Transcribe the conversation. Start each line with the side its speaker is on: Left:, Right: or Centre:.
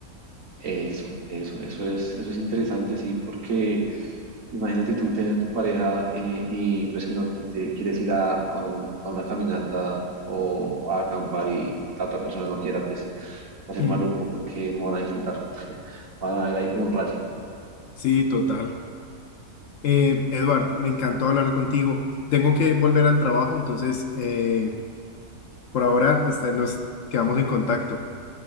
Right: Eso, eso, eso es, eso es interesante, sí, porque Imagínate tú tener tu pareja eh, y pues que no, que tú te quieres ir a, a, un- a una caminata o a acampar y la otra persona no quiera, pues va a ser
Left: Mm,
Right: maluco porque no van a disfrutar. <laughs> Van a ir ahí como un rayo.
Left: sí, total. Eh, Edward, me encantó hablar contigo. Tengo que volver al trabajo, entonces eh, por ahora está- nos quedamos en contacto.